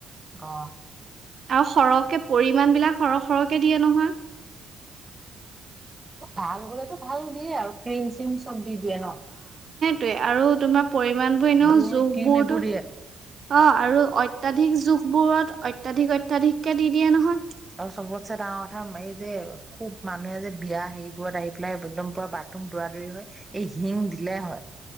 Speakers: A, on the right; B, on the right.
A: অ
B: আৰু সৰহকে পৰিমাণ বিলাক সৰহ সৰহকে দিয়ে নহয়
A: ভাল হবলেতো ভাল দিয়ে আৰু ফ্ৰীম চিম অ দিয়ে ন
B: তয়ে আৰু তোমাৰ পৰিমণ বোৰ এনেও
A: দৈ
B: জোখবোৰতো
A: ক্ৰীম এইবোৰ দিয়ে
B: অ আৰু অত্যাধিক জোখ বোৰত অত্যাধিক অত্যাধিককে দি দিয়ে নহয়।
A: আৰু চবতছে ডাঙৰ কথা এই যে খুব মানুহে যে বিয়া হেৰিবোৰত আহি পেলাই একদম পুৰা বাথৰুম দৌৰা দৌৰি হয় এই শিং দিলে হয়।